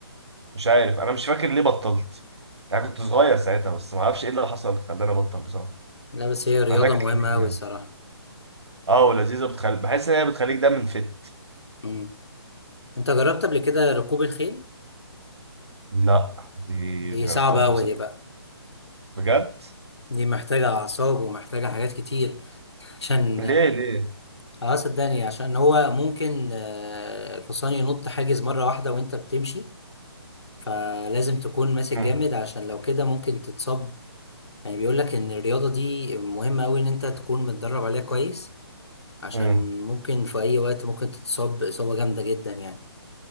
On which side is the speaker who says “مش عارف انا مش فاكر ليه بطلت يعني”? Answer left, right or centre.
Right